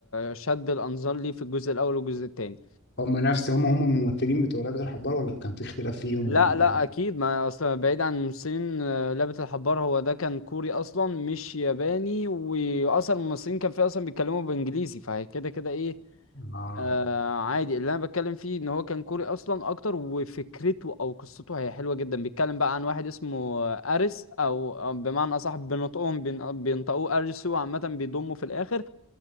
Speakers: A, on the left; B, on the left.
A: شد الأنظار ليه في الجزء الأول والجزء التاني
B: هم نفس هم هم الممثلين بتوع لعبة الحبار ولا كان في اختلاف فيهم
A: لا
B: ولا
A: لا أكيد ما أصلا بعيد عن الممثلين آه، لعبة الحبار هو ده كان كوري أصلا مش ياباني وأصلا الممثلين كان فيه أصلا بيتكلموا بإنجليزي فهي كده كده إيه
B: اه
A: آه عادي اللي انا بتكلم فيه ان هو كان كوري اصلا اكتر وفكرته او قصته هي حلوه جدا بيتكلم بقى عن واحد اسمه آه، ارس او أو بمعنى اصح بنطقهم بين- بينطقوه ارسو عامه بيضموا في الاخر